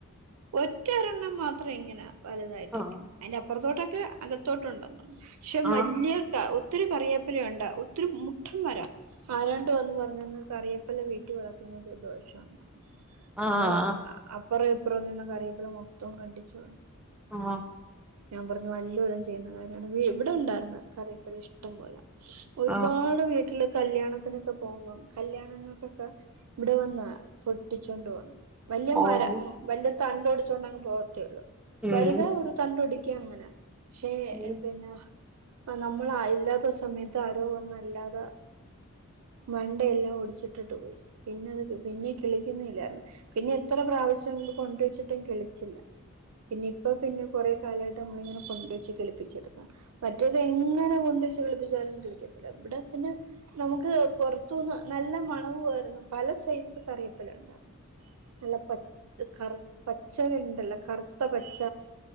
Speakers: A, on the right; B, in the centre.
A: ഒറ്റൊരണ്ണം മാത്രം ഇങ്ങനാ വലുതായിട്ടേക്ക്
B: ആഹ്
A: അയിന്റപ്പറത്തോട്ടൊക്കെ അകത്തോട്ടൊണ്ടെന്ന് പക്ഷെ
B: ആഹ്
A: മല്യാ കാവും ഒത്തിരി കറിയേപ്പെല ഒണ്ട് ഒത്തിരി മുട്ടം മരം ആരാണ്ട് വന്നു പറഞ്ഞെന്ന് കറിയാപ്പെലാ വീട്ടീ വളർത്തുന്നത് ദോഷാന്ന്
B: ആഹ് ആഹ്
A: മനവാ അപ്പറെ ഇപ്പറെ നിന്ന കറിയേപ്പില മൊത്തം കണ്ടിച്ചോളഞ്ഞു
B: ആ
A: ഞാൻ പറഞ്ഞു വല്ലോരും ചെയ്യുന്ന കാര്യയാണ് ദേ ഇവടെ ഉണ്ടാരുന്ന് കറിയേപെല ഇഷ്ടം പോലെ ഒരുപാട്
B: ആഹ്
A: വീട്ടില് കല്യാണത്തിനൊക്കെ പോകുമ്പം കല്യാണങ്ങൾക്കൊക്കെ ഇവിടെ വന്നാ പൊട്ടിച്ചൊണ്ട് പോ വല്യാ
B: ഓഹ്
A: മര ഉം വലിയ തണ്ടൊടിച്ചോണ്ടങ്ങ് പോത്തേള്ളൂ
B: ഉം
A: വരുക ഒരു തണ്ടൊടിക്കാ അങ്ങനെ പക്ഷേ
B: ഉം
A: എ പിന്നാ ആ നമ്മൾ ആ ഇല്ലാത്ത സമയത്ത് ആരോ വന്നല്ലാതെ മണ്ടെയെല്ലാം ഒടിച്ചിട്ടിട്ട് പോയ് പിന്നത് പിന്നെ കിളിക്കുന്നല്ലാരുന്നു പിന്നെ എത്ര പ്രാവിശ്യം കൊണ്ടുവെച്ചിട്ടും കിളിച്ചില്ല പിന്നെ ഇപ്പപിന്നെ കൊറെ കാലായിട്ട് അമ്മളിങ്ങനെ കൊണ്ടുവെച്ച് കിളിപ്പിച്ചെടുക്കും മറ്റേതെങ്ങനെ കൊണ്ടുവെച്ച് കിളിപ്പിച്ചാലും കിളിക്കത്തില്ല ഇവടെ പിന്നെ നമ്മുക്ക് പൊറത്തൂന്ന് നല്ല മണവുവാരുന്നു പല സൈസ് കറിയേപ്പെല ഇണ്ടാരുന്നു നല്ല പച്ച കറ് പച്ചകെണ്ടല്ലാ കറുത്ത പച്ച